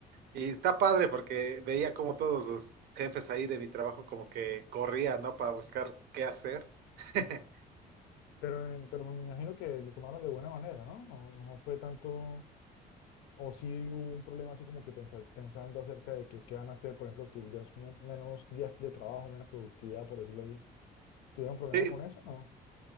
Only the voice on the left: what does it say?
Pero, en- pero me imagino que lo tomaron de buena manera, ¿no? No, no fue tanto, o sí hubo un problema así como que pensa- pensando acerca de que qué van a hacer, por ejemplo, que ya es men- menos días de trabajo, menos productividad, por decirlo así. ¿Tuvieron problemas
con eso? No.